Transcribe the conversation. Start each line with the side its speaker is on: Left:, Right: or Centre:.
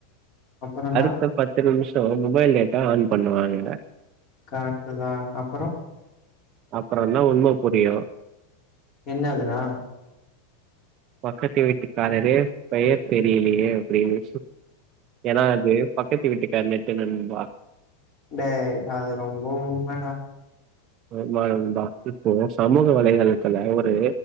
Left: அப்புறம்டா
Right: அடுத்த பத்து நிமிஷோ மொபைல் டேட்டா ஆன் பண்ணுவாங்க
Left: கரெக்ட்டுதா அப்பறொ
Right: அப்றந் தா உண்ம புரியு
Left: என்னதுரா
Right: பக்கத்து வீட்டுக்காரரு பெயர் தெரியிலயே அப்டின்னு எனா அது பக்கத்து வீட்டுக்கார் நெட்டு நண்பா
Left: டேய் அது ரொம்ப உண்மடா
Right: <unintelligible> நண்பா இப்போ சமூக வலைதள்த்துல ஒரு